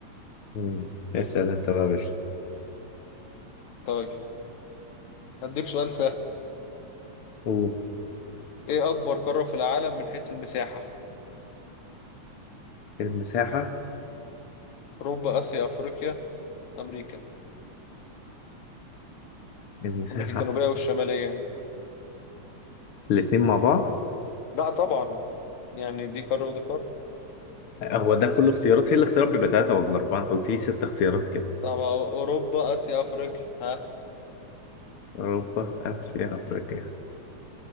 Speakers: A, on the left; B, on the left.
A: مم. اسأل انت بقى يا باشا
B: طيب هديك سؤال سهل
A: قول
B: ايه اكبر قارة في العالم من حيث المساحة
A: المساحة
B: اوروبا اسيا افريقيا امريكا
A: المساحة
B: امريكا الجنوبية والشمالية يعني
A: الاتنين مع بعض
B: لا طبعا يعني دي قارة ودي قارة
A: هو ده كل اختيارات هي الاختيارات بيبقى تلاتة ولا أربعة أنت قلت لي ست اختيارات كده
B: طب اوروبا اسيا افريقيا ها
A: أوروبا آسيا أفريقيا